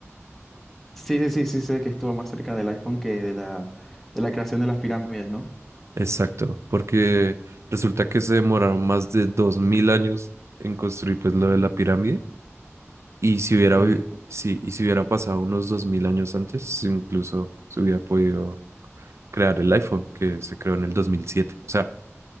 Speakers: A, in the centre; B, on the right.
A: Sí, sí, sí, sí, sé que estuvo más cerca del iPhone que de la, de la creación de las pirámides, ¿no?
B: Exacto, porque resulta que se demoraron más de dos mil años en construir pues lo de la pirámide y si hubiera
A: Sí.
B: vi- sí, y si hubiera pasado unos dos mil años antes, incluso se hubiera podido crear el iPhone que se creó en el dos mil siete, O sea,